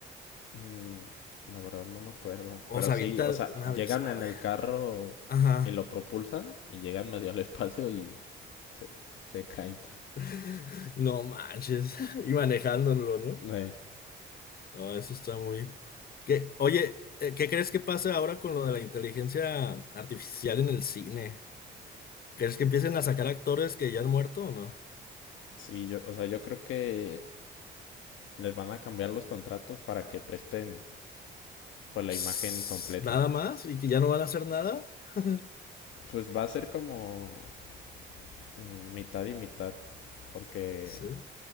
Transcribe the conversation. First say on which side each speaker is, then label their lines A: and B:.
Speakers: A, on the left; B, on the left.
A: mm, la verdad no me acuerdo.
B: O
A: Pero
B: se
A: sí,
B: avienta
A: o sea,
B: una
A: llegan
B: vez, ¿sabe?
A: en el carro
B: Ajá.
A: y lo propulsan y llegan medio al espacio y se, se caen.
B: <laughs> No manches. <laughs> Y manejándolo, ¿no?
A: Eh,
B: No, eso está muy. ¿Qué? Oye, eh, ¿qué crees que pase ahora con lo de la inteligencia artificial en el cine? ¿Crees que empiecen a sacar actores que ya han muerto o no?
A: sí, yo, o sea, yo creo que les van a cambiar los contratos para que presten pues la
B: Pss,
A: imagen completa.
B: Nada más y que ya no van a hacer nada. <laughs>
A: Pues va a ser como eh, mitad y mitad. Porque
B: Sí,